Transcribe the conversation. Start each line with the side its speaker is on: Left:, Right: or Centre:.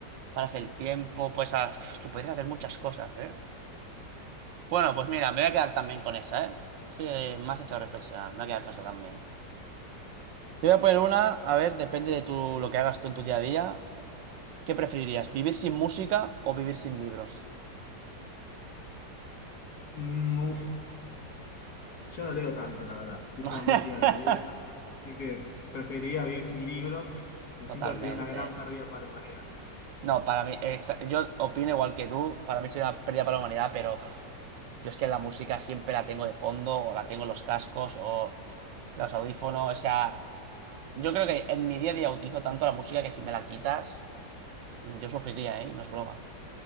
Right: paras el tiempo, pues ah, es que podrías hacer muchas cosas, ¿eh? Bueno, pues mira, me voy a quedar también con esa, ¿eh? Sí, eh, me has hecho reflexionar, me voy a quedar con esa también. Te voy a poner una, a ver, depende de tu, lo que hagas tú en tu día a día. ¿Qué preferirías, vivir sin música o vivir sin libros?
Left: Mm, uf, yo no leo tanto, la verdad, escucho
Right: <laughs>
Left: más música de la que leo, así que preferiría vivir sin libros, me siento
Right: Totalmente.
Left: que sería una gran pérdida para la humanidad.
Right: No, para mí, exa- yo opino igual que tú, para mí sería una pérdida para la humanidad, pero uf, yo es que la música siempre la tengo de fondo, o la tengo en los cascos, o los audífonos, o sea, yo creo que en mi día a día utilizo tanto la música que si me la quitas, mm, yo sufriría, ¿eh? No es broma.